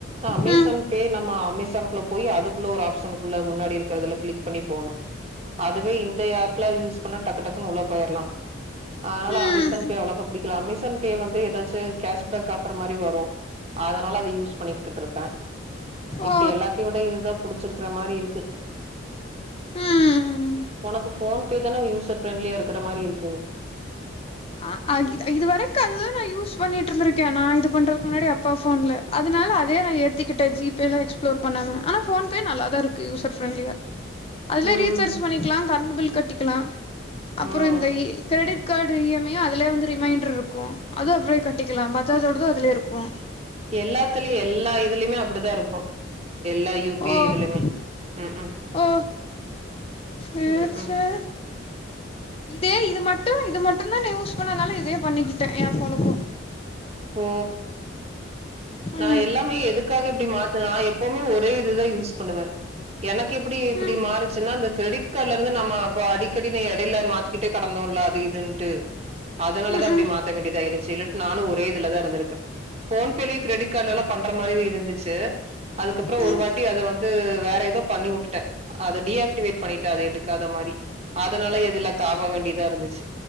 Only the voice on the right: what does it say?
அமேசான்
பே நம்ம அமேசான் குள்ள போய் அதுக்குள்ள ஒரு ஆப்ஷன் குள்ள முன்னாடி இருக்கறதுல கிளிக் பண்ணி போணு அதுவே இந்த ஆப்ல யூஸ் பண்ணா டக்கு டக்குன்னு உள்ள போயிரலா அதனால
அமேசான் பே அவ்ளக்கா புடிக்கல அமேசான் பே வந்து எதாச்சு கேஷ் பேக் ஆஃபர் மாரி வரு அதனால அத யூஸ் பண்ணிகிட்டு இருப்ப இப்ப
எல்லாத்தயு விட இதுதா புடிச்சிருக்கிற மாரி இருக்கு
உனக்கு ஃபோன் பே தான யூசர் ஃப்ரெண்ட்லியா இருக்கிற மாரி இருக்கு
ம்
ம்
எல்லாத்துலயு எல்லா இதுலயுமே அப்டிதா இருக்கு எல்லா யு பி
ஐ இதிலுமே ம்ஹும்
ம்
ம்
ஓ நா
எல்லாமே எதுக்காக இப்டி மாத்துனா நா எப்புமே ஒரே இதுதா யூஸ் பண்ணுவ எனக்கு எப்டி இப்டி
மாறுச்சுனா அந்த கிரெடிட் கார்டுல இருந்து நம்ம அப்போ அடிகடி நீ எடைல மாத்தி கிட்டே கிடந்தோல்ல அது இதுன்ட்டு
அதனாலதா
அப்டி மாத்த வேண்டியதாயிருச்சு இல்லட்னா நானு ஒரே இதுலதா இருந்திருப்ப ஃபோன் பேலயே கிரெடிட் கார்டுலல்லா பண்ற மாரி இருந்துச்சு அதுக்கப்றோ
ஒரு வாட்டி அது வந்து ட்டு வேற ஏதோ பண்ணி விட்டுட்ட அது டீ ஆக்டிவேட் பண்ணிட்ட அது எடுக்காத மாரி அதனால இதுல தாவ வேண்டியதா இருந்துச்சு